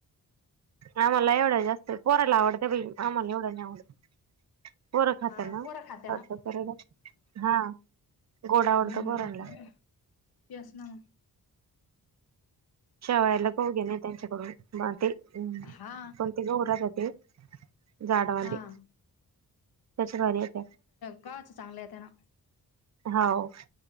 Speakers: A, on the right; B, on the left.
A: आम्हाला नाहीं एवढं जास्त, पोराला आवडतं बाई, आम्हाला एवढं नाही आवडत. पोरं खात्या
B: हा
A: ना
B: पोरं खात्या
A: पास्ता
B: ना
A: करायला हा गोड
B: हम्म
A: आवडत पोरांला
B: तेच ना म
A: शेवयाला करू घेणा त्याच्याकडून बाटे हम्म,
B: हा
A: कोणते <unintelligible> जाडवाले
B: हा
A: त्याच्या दारीं येत्या.
B: पाहाच चांगलं येत्या ना.
A: हाव.